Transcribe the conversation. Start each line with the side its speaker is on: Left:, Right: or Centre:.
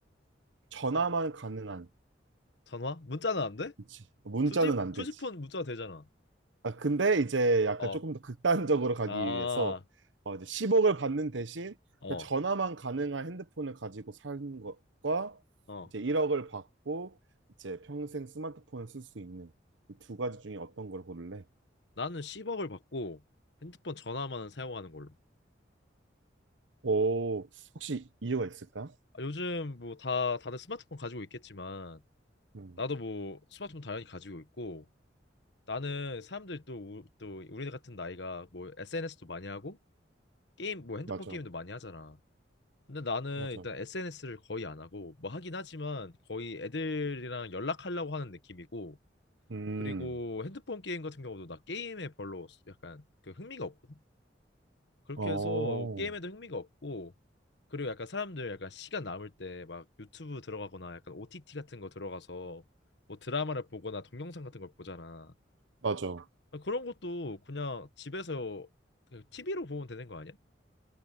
Right: 전화만 가능한.
Left: 전화? 문자는 안 돼?
Right: 그치. 문자는
Left: 투지
Right: 안
Left: 투지폰
Right: 되지.
Left: 문자 되잖아.
Right: 아, 근데 이제 약간
Left: 어,
Right: 조금 더 극단적으로 가기
Left: 아,
Right: 위해서, 어, 이제 10억을 받는 대신,
Left: 어,
Right: 그냥 전화만 가능한 핸드폰을 가지고 사는 것과,
Left: 어.
Right: 이제 1억을 받고, 이제 평생 스마트폰을 쓸 수 있는 이 두 가지 중에 어떤 걸 고를래?
Left: 나는 10억을 받고 핸드폰 전화만 사용하는 걸로.
Right: 오, 혹시 이유가 있을까?
Left: 아, 요즘 뭐 다 다들 스마트폰 가지고 있겠지만
Right: 음,
Left: 나도 뭐 스마트폰 당연히 가지고 있고. 나는 사람들이 또, 우, 또 우리 같은 나이가 뭐 SNS도 많이 하고 게임 뭐 핸드폰
Right: 맞아,
Left: 게임도 많이 하잖아. 근데 나는
Right: 맞아.
Left: 일단 SNS를 거의 안 하고 뭐 하긴 하지만 거의 애들이랑 연락하려고 하는 느낌이고
Right: 음,
Left: 그리고 핸드폰 게임 같은 경우도 나 게임에 별로 약간 그 흥미가 없거든. 그렇게
Right: 어,
Left: 해서 게임에도 흥미가 없고 그리고 약간 사람들 약간 시간 남을 때 막 유튜브 들어가거나 약간 OTT 같은 거 들어가서 뭐 드라마를 보거나 동영상 같은 걸 보잖아.
Right: 맞아.
Left: 아, 그런 것도 그냥 집에서 그냥 TV로 보면 되는 거 아니야?